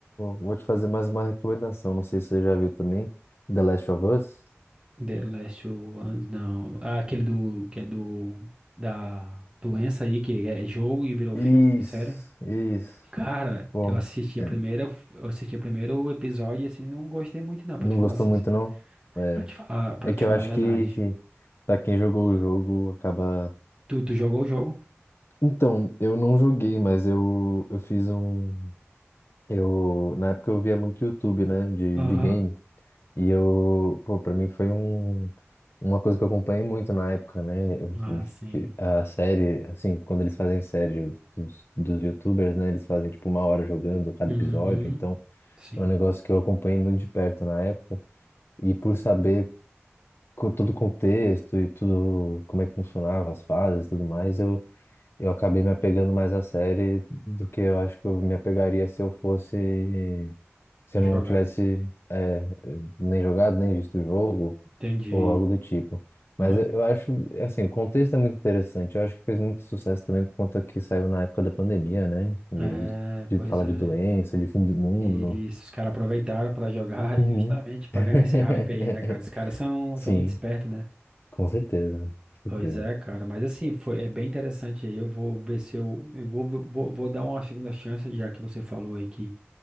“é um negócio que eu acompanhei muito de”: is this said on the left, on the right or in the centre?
Left